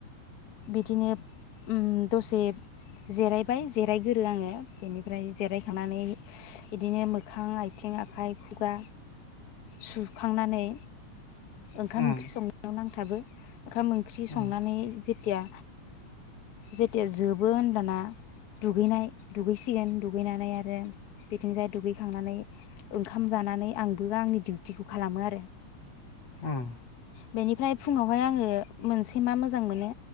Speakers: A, on the left (about 80°); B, on the left (about 60°).
A: बिदिनो ओम दसे जिरायबाय जिरायगोरो आङो बेनिफ्राय जिरायखांनानै बिदिनो मो मोखां आथिं आखाइ खुगा सुखांनानै ओंखाम
B: उम
A: ओंख्रि संनायाव नांगौ थाबो ओंखाम ओंख्रि संनानै
B: उम
A: जे जेथिया जेथिया जोबो होनब्लाना दुगैनाय दुगैसिगोन दुगैनानै आरो बेथिंजाय दुगै खांनानै ओंखाम जानानै आंबो आंनि डिउटिखौ खालामो आरो
B: ओम
A: बेनिफ्राय फुङावहाय आङो मोनसे मा मोजां मोनो